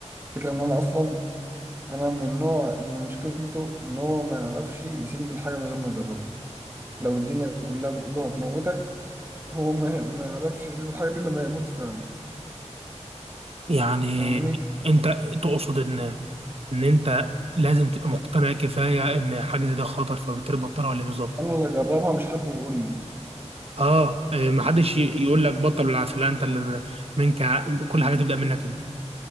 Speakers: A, on the right; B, on the right.
A: فكرة إن أنا أصلا أنا من النوع اللي مشكلته إن هو ما يعرفش يسيب الحاجة من غير ما يجربها لو الدنيا كلها بتقول له هتموتك هو ما ما يعرفش يسيب الحاجة دي إلا لما يموت فعلا
B: يعني
A: فاهمني
B: انت تقصد ان ان انت لازم تبقى مقتنع كفايه ان حاجه زي ده خطر فبالتالي بطلها ولا ايه بالظبط
A: أنا اللي أجربها مش حد يقول لي
B: اه إيه، ما حدش ي- يقول لك بطل بالعافيه لا انت اللي- منك ع- كل حاجه تبدا منك انت